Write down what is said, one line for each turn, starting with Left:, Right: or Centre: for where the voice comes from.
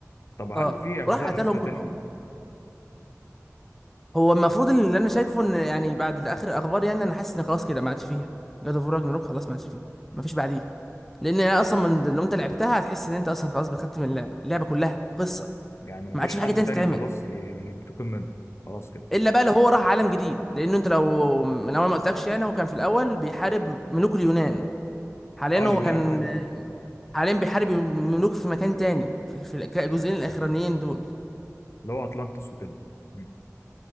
Left: طب هل
Centre: اه
Left: في اجزاء
Centre: وراح قتلهم
Left: نازلة
Centre: كلهم
Left: تاني
Centre: بقى هو المفروض اللي انا شايفه ان يعني بعد اخر الاخبار يعني انا حاسس ان خلاص كده ما عادش فيها جاد اوف راجناروك خلاص ما عادش فيها ما فيش بعديه لان انا اصلا من لو انت لعبتها هتحس ان انت اصلا خلاص بتختم اللعبه اللعبه كلها قصه
Left: يعني مفيش
Centre: ما عادش في
Left: حد
Centre: حاجه تانية
Left: تاني
Centre: تتعمل
Left: خلاص ي- ينتقم منه خلاص كده
Centre: الا بقى لو هو راح عالم جديد لانه انت لو من اول ما قلتلكش يعني هو كان في الاول بيحارب ملوك اليونان حاليا
Left: اه اليونان
Centre: هو كان
Left: ايوه
Centre: حاليا بيحارب ملوك في مكان تاني في في الك- الجزئين الاخرانيين دول
Left: اللي هو أطلانتس وكده مم.